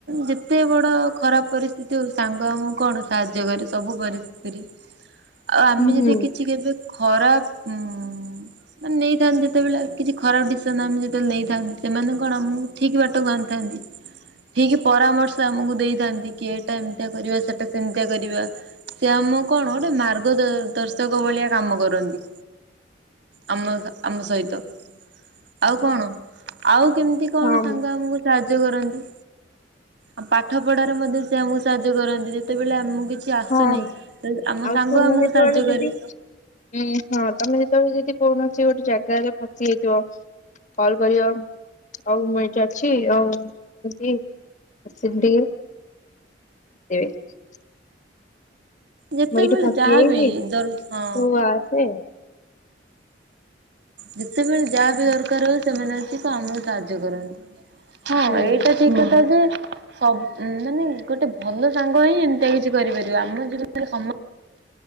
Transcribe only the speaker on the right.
ଯେତେ ବଡ ଖରାପ ପରିସ୍ଥିତି ହଉ ସାଙ୍ଗ ଆମ କଣ ସାହାଯ୍ୟ କରେ ସବୁ ପରିସ୍ଥିତିରେ ଆଉ ଆମେ
ଯଦି କି କିଛି କେବେ ଖରାପ ଉଁ ମାନେ ନେଇଯାଆନ୍ତି ଯେତେବେଳେ କିଛି ଖରାପ ଡିସିସନ ଆମେ ଯେତେବେଳେ ନେଇଥାନ୍ତି ସେମାନେ କଣ ଆମକୁ ଠିକି ବାଟକୁ ଆଣିଥାନ୍ତି ଠିକି ପରାମର୍ଶ ଆମକୁ ଦେଇଥାନ୍ତି କି ଏଇଟା ଏମିତିଆ କରିବା ସେଇଟା ସେମିତିଆ କରିବା। ସେ ଆମକୁ କଣ ଗୋଟେ ମାର୍ଗ ଦ ଦର୍ଶକ ଭଳିଆ କାମ କରନ୍ତି। ଆମ ଆମ ସହିତ ଆଉ କଣ ଆଉ କେମିତି କଣ
ସାଙ୍ଗ ଆମକୁ ସାହାଯ୍ୟ କରନ୍ତି ଆଉ ପାଠ ପଢାରେ ମଧ୍ୟ ସେ ଆମକୁ ସାହାଯ୍ୟ କରନ୍ତି ଯେତେବେଳେ ଆମକୁ କିଛି କିଛି ଆସୁନି
ତ ଆମ
ସାଙ୍ଗ
ଆମକୁ
ସାହାଯ୍ୟ
କରେ।
ଯେତେବେଳେ
ଯାହାବି
ଦର ହଁ।
ଯେତେବେଳେ ଯାହା ବି ଦରକାର ହଉ ସେମାନେ ଆସିକି କାମକୁ ସାହାଯ୍ୟ କରନ୍ତି ହଁ
ଏଇଟା ସେଇ କଥା ଯେ ସବ ମାନେ ଗୋଟେ ଭଲ ସାଙ୍ଗ ହିଁ ଏମିତିଆ କିଛି କରିପାରିବା ଆମ ଜିଲ୍ ସମ